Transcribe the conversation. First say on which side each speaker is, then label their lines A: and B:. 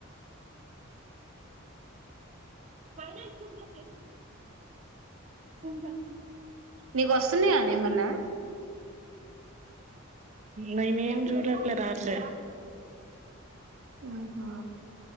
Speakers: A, on the right; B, on the right.
A: ఫైనా చూస్త సుంద
B: నీకు వస్తున్నాయానే ఏమన్నా
A: మేమేమీ చూడట్ల రాట్ల
B: ఉహు